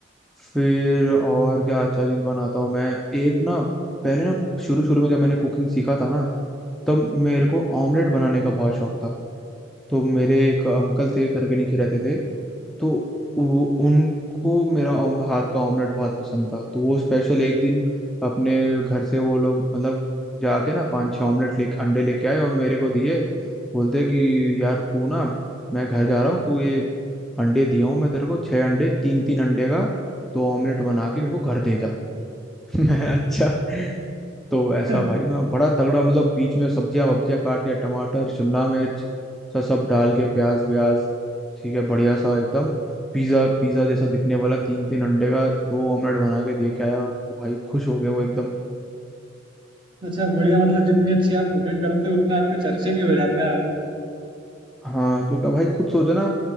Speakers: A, in the centre; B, on the right.
A: फिर और क्या अच्छा चीज़ बनाता हूँ मैं एक ना पहले ना शुरू शुरू में जब मैंने कुकिंग सीखा था ना तब मेरे को ऑमलेट बनाने का बहुत शौक था तो मेरे एक अंकल थे घर के नीचे रहते थे तो वो उनको मेरा ऑम- हाथ का ऑमलेट बहुत पसंद था तो वो स्पेशल एक दिन अपने घर से वो लोग मतलब जाके ना पांच छह ऑमलेट ले अंडे लेके आए और मेरे को दिए बोलते कि यार तू ना मैं घर जा रहा हूँ तू ये अंडे दिया हूँ मैं तेरे को छह अंडे तीन तीन अंडे का दो ऑमलेट बना के मेरे को घर दे जा <laughs> अच्छा तो वैसा
B: <laughs>
A: भाई मैं बड़ा तगड़ा मतलब बीच में सब्जियां वब्जियां काट के टमाटर शिमला मिर्च सब सब डाल के प्याज व्याज ठीक है बढ़िया सा एकदम पिज्जा पिज्जा जैसा दिखने वाला तीन तीन अंडे का दो ऑमलेट बना के दे के आया उनको भाई खुश हो गए वो एकदम
B: अच्छा बढ़िया मतलब जितनी अच्छी आप कुकिंग करते हो उतना आपके चर्चे भी हो जाते हैं
A: हाँ तो क्या भाई खुद सोचो ना